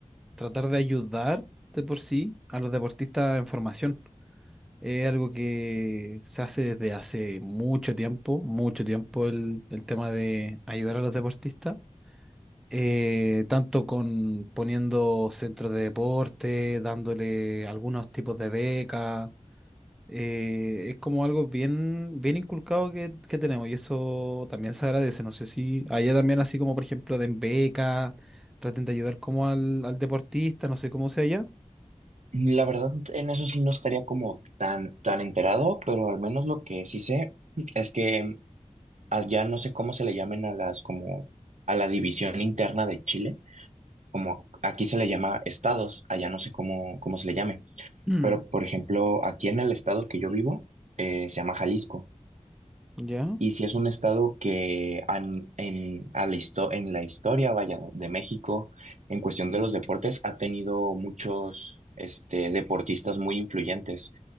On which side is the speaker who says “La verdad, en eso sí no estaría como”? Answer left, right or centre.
Right